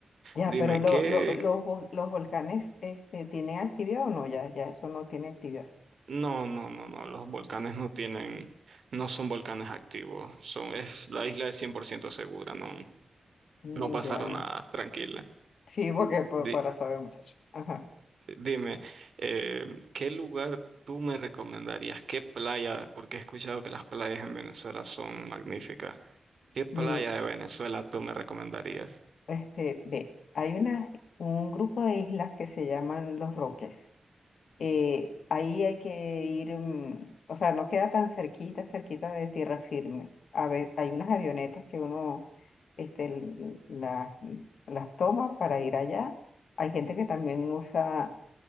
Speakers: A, on the left; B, on the right.
A: Ya,
B: Dime,
A: pero lo-
B: ¿qué,
A: lo- los, vol- los volcanes este, ¿tienen actividad o no? Ya, ya, eso no tiene actividad.
B: No, no, no, no, los volcanes no tienen, no son volcanes activos, son, es, la isla es 100% segura, no,
A: Mm,
B: no pasará
A: Ya.
B: nada, tranquila.
A: Sí, porque pa-
B: Di-
A: para saber, muchacho. Ajá.
B: dime, eh, ¿qué lugar tú me recomendarías? ¿Qué playa? Porque he escuchado que las playas en Venezuela son magníficas. ¿Qué playa
A: Mire,
B: de Venezuela tú me recomendarías?
A: este, ve, hay una, un grupo de islas que se llaman Los Roques. Eh, ahí hay que ir, mm, o sea, no queda tan cerquita, cerquita de tierra firme. A ver, hay unas avionetas que uno, este, l- las, las toma para ir allá. Hay gente que también usa